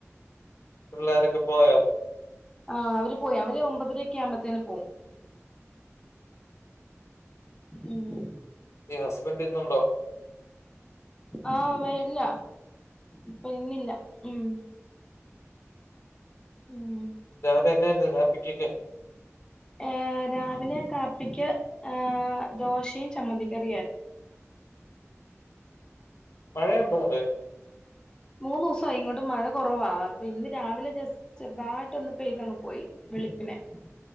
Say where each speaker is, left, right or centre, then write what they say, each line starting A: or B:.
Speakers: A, on the left; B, on the left.
A: പിള്ളേരൊക്കെ പോയോ?
B: ആ അവര് പോയി അവര് ഒമ്പതരൊക്കെ ആകുമ്പോത്തേന് പോവും. ഉം.
A: ഹസ്ബന്റ് ഇന്ന്ണ്ടോ?
B: ആഹ് വെല്ല ഇപ്പ ഇന്നില്ല ഉം. ഉം.
A: <unintelligible>
B: ഏ രാവിലെ കാപ്പിക്ക് ഏ ദോശയും ചമ്മന്തിക്കറിയായിരുന്നു.
A: മഴയുണ്ടോ അവിടെ?
B: മൂന്നുസായി ഇങ്ങോട്ടും മഴ കൊറവാ ഇപ്പൊ ഇന്ന് രാവിലെ ജസ് ചെറുതായിട്ടൊന്ന് പെയ്തങ് പോയി വെളുപ്പിനെ.